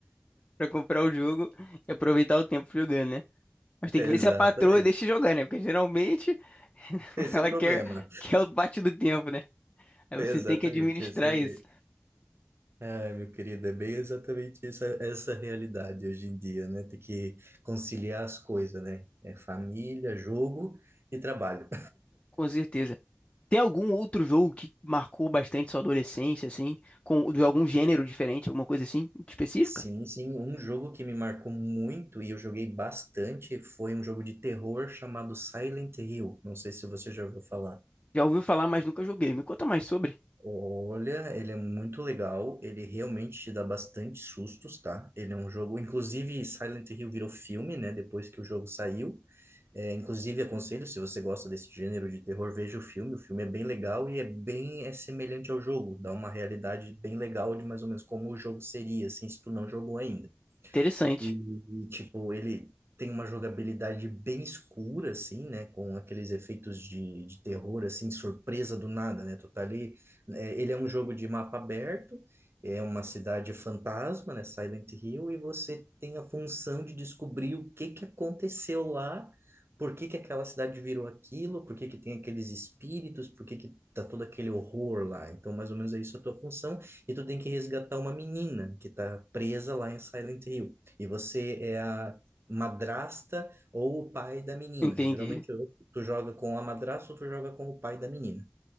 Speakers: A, on the left (about 30°); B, on the right (about 65°).
A: pra comprar o jogo e aproveitar o tempo jogando, né? Mas tem
B: Exatamente.
A: que ver se a patroa deixa jogar, né? Porque geralmente <laughs>
B: Esse
A: ela
B: é o problema.
A: quer, quer o parte do tempo, né? Aí
B: Exatamente.
A: você tem que administrar
B: Esse é...
A: isso,
B: Ai, meu querido, é bem exatamente essa, essa realidade hoje em dia, né? Tem que conciliar as coisas, né? É família, jogo e trabalho.
A: com certeza. Tem algum outro jogo que marcou bastante sua adolescência, assim, com de algum gênero diferente, alguma coisa assim específica?
B: Sim, sim, um jogo que me marcou muito e eu joguei bastante foi um jogo de terror chamado Silent Hill. Não sei se você já ouviu falar.
A: Já ouviu falar, mas nunca joguei. Me conta mais sobre.
B: Olha, ele é muito legal, ele realmente te dá bastante sustos, tá? Ele é um jogo, inclusive Silent Hill virou filme, né? Depois que o jogo saiu. É, inclusive aconselho, se você gosta desse gênero de terror, veja o filme. O filme é bem legal e é bem é semelhante ao jogo, dá uma realidade bem legal de mais ou menos como o jogo seria, assim, se tu não jogou ainda.
A: Interessante.
B: E, e, tipo, ele tem uma jogabilidade bem escura, assim, né? Com aqueles efeitos de, de terror, assim, surpresa do nada, né? Tu tá ali. é, ele é um jogo de mapa aberto, é uma cidade fantasma, né? Silent Hill, e você tem a função de descobrir o que que aconteceu lá. Por que que aquela cidade virou aquilo? Por que que tem aqueles espíritos? Por que que tá todo aquele horror lá? Então, mais ou menos é isso a tua função. E tu tem que resgatar uma menina que tá presa lá em Silent Hill. E você é a madrasta ou o pai da menina.
A: Entendi.
B: Geralmente ou tu joga com a madrasta ou tu joga com o pai da menina.